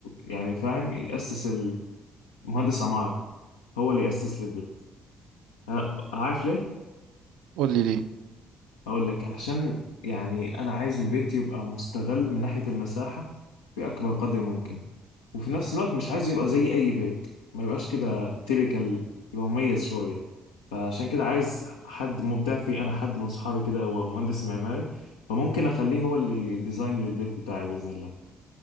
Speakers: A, on the left; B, on the right.
A: ويعني فاهم يأسس المهندس عمارة هو اللي يأسس لي البيت ه- عارف ليه؟
B: قول لي ليه
A: اقول لك عشان يعني انا عايز البيت يبقى مستغل من ناحية المساحة بأكبر قدر ممكن وفي نفس الوقت مش عايزه يبقى زي اي بيت ما يبقاش كده تيبيكال يبقى مميز شوية فعشان كده عايز حد مبدع فيه انا حد من صحابي كده هو مهندس معماري فممكن اخليه هو اللي ديزاين للبيت بتاعي بإذن الله